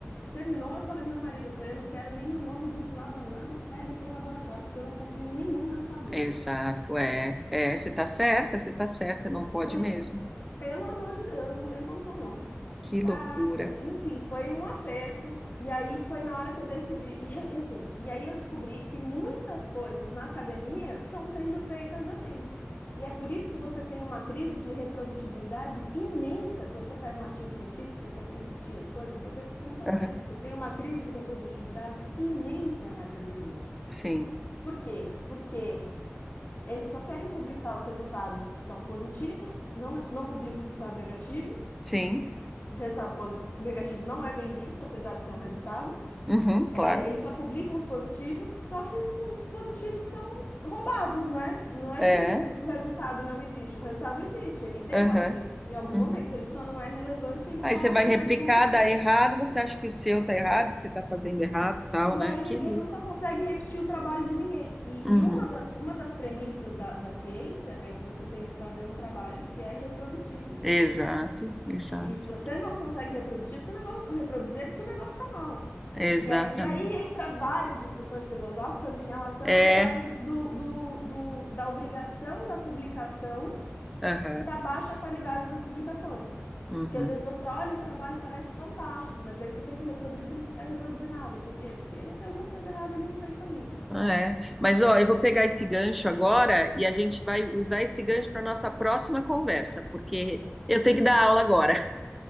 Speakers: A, on the left; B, in the centre.
A: terminou, eu falei pro meu marido, eu falei, eu não quero nem meu nome vinculado a nada que saia daquele laboratório, porque eu não confio em nenhum resultado deles.
B: Exato, é. É, você tá certa, você tá certa, não pode
A: Eu falei,
B: mesmo.
A: pelo amor de Deus, não tem condição não.
B: Que
A: Caraca,
B: loucura.
A: enfim, foi um aperto. E aí foi na hora que eu decidi. E, e assim, e aí eu descobri que muitas coisas na academia estão sendo feitas assim. E é por isso que você tem uma crise de reprodutibilidade imensa. Quando você pega um artigo científico, você tenta repetir as coisas, não sei o quê, você não repete.
B: Aham,
A: Você tem uma crise de reprodutibilidade imensa na academia.
B: Sim,
A: Por quê? Porque eles só querem publicar os resultados que são positivos, não, não publica resultado negativo.
B: sim,
A: Resultado posi- negativo não é bem visto, apesar de ser um resultado.
B: uhum, claro.
A: É, eles só publicam os positivos, só que os pubs- positivos são roubados, né? Não é
B: É,
A: que o, o- o resultado não existe, o resultado existe, ele deu
B: aham,
A: aquilo em algum
B: uhum.
A: momento, ele só não é relevante, ele
B: Aí
A: só
B: você
A: não
B: vai
A: acontece
B: replicar,
A: com frequência.
B: dá errado, você acha que o seu tá errado, que você tá fazendo errado, tal,
A: E
B: né?
A: aí ninguém
B: Que louco.
A: nunca consegue repetir o trabalho de ninguém. E,
B: Uhum.
A: e uma das, uma das premissas da, da ciência é que você tem que fazer um trabalho que é reprodutível.
B: Exato, exato,
A: E se você não consegue reproduzir, é porque o negócio, reproduzir é porque o negócio está mal.
B: exatamente.
A: E aí, e aí entra várias discussões filosóficas em relação
B: É,
A: à história do, do- do- do- da obrigação da publicação
B: aham,
A: e a baixa qualidade das publicações.
B: uhum.
A: Porque às vezes você olha, o trabalho parece fantástico, mas daí você tenta reproduzir, você não consegue reproduzir nada. Por quê? Porque tem alguma coisa errada ali no meio do caminho.
B: Ah, É. Mas ó, eu vou pegar esse gancho agora e a gente vai usar esse gancho para nossa próxima conversa, porque eu tenho que dar aula agora.